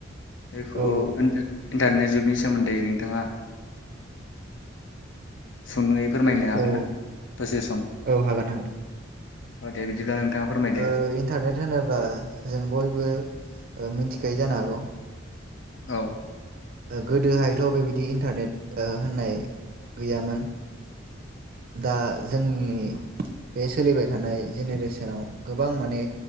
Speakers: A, on the left; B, on the right.
A: <unintelligible>
B: औ
A: इन्टारनेट जुगनि सोमोन्दै नोंथाङा सुंद'यै फोरमायनो हागोन
B: औ
A: ना दसे सम
B: औ हागोन हागोन
A: <unintelligible> थाङा फोरमायदो
B: ओ इन्टारनेट होनोब्ला जों बयबो मिथिखायो जानो हागौ
A: औ
B: गोदोहायथ' बेबायदि इन्टारनेट होननाय गैयामोन दा जोंनि बे सोलिबाय थानाय जेनेरेसनाव गोबां माने